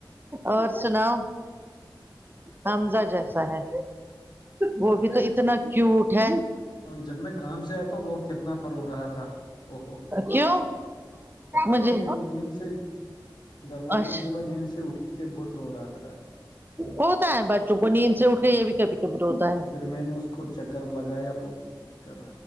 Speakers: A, on the right (about 25°); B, on the left (about 60°).
A: اور سناؤ حمزہ جیسا ہے وہ
B: ہاں
A: بھی تو اتنا کیوٹ ہے
B: جب میں کام سے آتا ہ وہ کتنا رو رہا تھا او ہو
A: کیوں
B: پتا
A: مجھے
B: نہیں نیند سے گھر والوں
A: اچھا
B: نے بولا نیند سے اٹھ کے بہت رو رہا تھا
A: ہوتا ہے بچوں کو نیند سے اٹھ کے یہ بھی کبھی کبھی روتا ہے
B: پھر میں نے اس کو چکر میں لگایا تو پھر